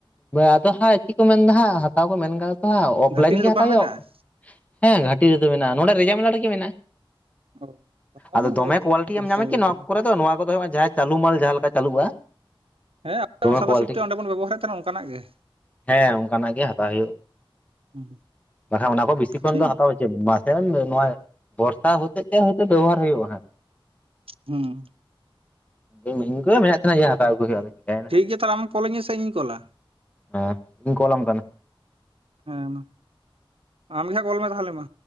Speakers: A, on the left (about 15°); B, on the right (about 85°).
A: ᱟᱫᱚ ᱦᱟᱸᱜ ᱪᱮᱫ ᱠᱚ ᱢᱮᱱᱫᱟ ᱦᱟᱸᱜ ᱦᱟᱛᱟᱣ ᱠᱚ ᱢᱮᱱ ᱠᱟᱫᱟ ᱛᱚ ᱦᱟᱸᱜ ᱚᱯᱷᱞᱟᱭᱤᱱ
B: ᱜᱷᱟᱴᱤ ᱨᱮ
A: ᱜᱮ
B: ᱫᱚᱠᱟᱱ
A: ᱦᱟᱛᱟᱣ ᱦᱩᱭᱩᱜᱼᱟ
B: ᱢᱮᱱᱟᱜᱼᱟ
A: ᱦᱮᱸ ᱜᱷᱟᱴᱤ ᱨᱮᱫᱚ ᱢᱮᱱᱟᱜᱼᱟ ᱱᱚᱰᱮ ᱨᱟᱡᱟᱢᱮᱞᱟ ᱨᱮᱜᱮ ᱢᱮᱱᱟᱜᱼᱟ
B: ᱚ ᱛᱟᱦᱚᱞᱮ
A: ᱟᱫᱚ
B: ᱚᱱᱟ
A: ᱫᱚᱢᱮ
B: ᱠᱚ
A: ᱠᱚᱣᱟᱞᱤᱴᱤ ᱮᱢ
B: ᱦᱟᱛᱟᱣ
A: ᱧᱟᱢᱟ
B: ᱟᱹᱜᱩ
A: ᱠᱤ ᱱᱚᱣᱟ
B: ᱞᱮᱠᱷᱟᱡ
A: ᱠᱚᱨᱮ ᱫᱚ ᱱᱚᱣᱟ ᱠᱚᱫᱚ ᱦᱩᱭᱩᱜᱼᱟ ᱡᱟᱦᱟᱸ ᱪᱟᱹᱞᱩ ᱢᱟᱞ ᱡᱟᱦᱟᱸ ᱞᱮᱠᱟ ᱪᱟᱹᱞᱩᱜᱼᱟ
B: ᱦᱮᱸ ᱟᱯᱮ
A: ᱫᱚᱢᱮ
B: ᱥᱟᱫᱟ
A: ᱠᱳᱣᱟᱞᱤᱴᱤ
B: ᱥᱤᱯᱴᱤ ᱚᱰᱮ ᱵᱚᱱ ᱵᱮᱵᱚᱦᱟᱨᱮᱫ ᱛᱟᱦᱮᱱᱟ ᱚᱱᱠᱟᱱᱟᱜ ᱜᱮ
A: ᱦᱮᱸ ᱚᱱᱠᱟᱱᱟᱜ ᱜᱮ ᱦᱟᱛᱟᱣ ᱦᱩᱭᱩᱜᱼᱟ
B: ᱦᱩᱸ
A: ᱵᱟᱠᱷᱟᱱ ᱚᱱᱟ ᱠᱚ ᱵᱤᱥᱤ ᱠᱷᱚᱱ
B: ᱴᱷᱤᱠ
A: ᱫᱚ ᱦᱟᱛᱟᱣ ᱢᱟᱥᱮ ᱱᱚᱣᱟ ᱵᱚᱨᱥᱟ ᱦᱚᱛᱮ ᱛᱮᱭ ᱵᱮᱵᱚᱦᱟᱨ ᱦᱩᱭᱩᱜᱼᱟ ᱦᱟᱸᱜ
B: ᱦᱩᱸ
A: ᱤᱧ ᱤᱧᱜᱚ ᱢᱮᱫ ᱛᱟᱦᱮᱱᱟ ᱡᱮ ᱦᱟᱛᱟᱣ ᱟᱹᱜᱩ ᱦᱩᱭᱩᱜᱼᱟ ᱪᱮᱹᱠᱟᱭᱱᱟᱭ
B: ᱴᱷᱤᱠ ᱜᱮᱭᱟ ᱛᱟᱦᱞᱮ ᱟᱢ ᱠᱚᱞᱟᱧᱟ ᱥᱮ ᱤᱧ ᱠᱚᱞᱟ
A: ᱦᱮᱸ ᱤᱧ ᱠᱚᱞᱟᱢ ᱠᱟᱱᱟ
B: ᱦᱮᱸ ᱢᱟ ᱟᱢ ᱜᱮ ᱦᱟᱜ ᱠᱚᱞ ᱢᱮ ᱛᱟᱦᱚᱞᱮ ᱢᱟ